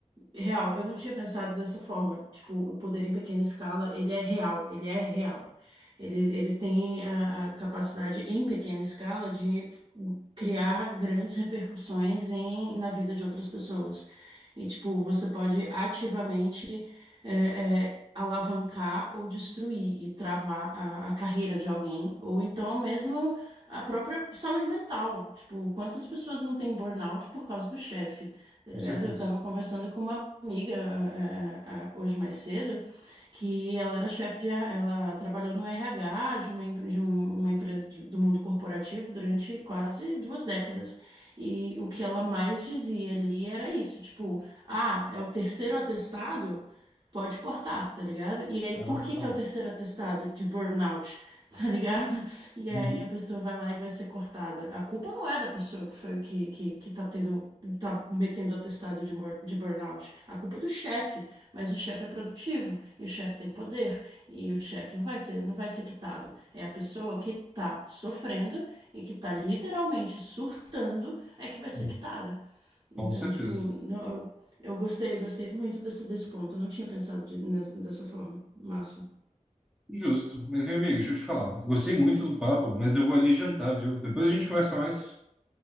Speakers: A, on the right; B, in the centre.
A: Real, eu não tinha pensado dessa forma. Tipo, o poder em pequena escala, ele é real, ele é real. Ele, ele tem a, a capacidade em pequena escala de f- criar grandes repercussões em, na vida de outras pessoas. E, tipo, você pode ativamente é, é, alavancar ou destruir e travar a, a carreira de alguém, ou então mesmo a própria saúde mental. Tipo, quantas pessoas não têm burnout por causa do chefe? chefe, tá
B: Com
A: ligado?
B: certeza.
A: Eu tava conversando com uma amiga ah, ah, ah, hoje mais cedo, que ela era chefe de, R- ela trabalhou no RH de uma, empre- de um- uma empresa de- do mundo corporativo durante quase duas décadas. E o que ela mais dizia ali era isso, tipo, ah, é o terceiro atestado? pode cortar, tá ligado? E aí,
B: Ah,
A: por que
B: não.
A: que é o terceiro atestado de burnout, <laughs> tá ligado? E
B: Uhum.
A: aí a pessoa vai lá e vai ser cortada. A culpa não é da pessoa que foi que, que, que tá tendo, tá metendo atestado de, mor- de burnout. A culpa é do chefe, mas o chefe é produtivo e o chefe tem poder e o chefe não vai ser, não vai ser quitado. É a pessoa que tá sofrendo e que tá literalmente surtando é que vai ser
B: Uhum.
A: quitada. Então,
B: Com certeza.
A: tipo, não, eu, eu gostei, eu gostei muito desse, desse ponto. Eu não tinha pensado de- nes- dessa forma. Massa.
B: Justo. Mas, meu amigo, deixa eu te falar. Gostei muito do papo, mas eu vou ali jantar, viu? Depois a gente conversa mais.